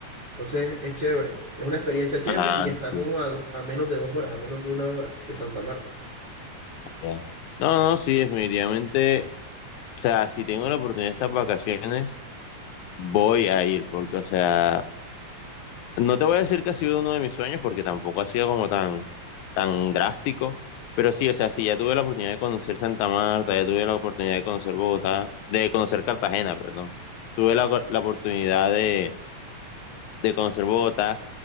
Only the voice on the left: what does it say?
Ah,
sí.
Ya. No, no, sí, definitivamente, o sea, si tengo la oportunidad de estas vacaciones, voy a ir, porque, o sea, No te voy a decir que ha sido uno de mis sueños porque tampoco ha sido como tan, tan drástico, pero sí, o sea, sí, ya tuve la oportunidad de conocer Santa Marta, ya tuve la oportunidad de conocer Bogotá, de conocer Cartagena, perdón. Tuve la, la oportunidad de, de conocer Bogotá.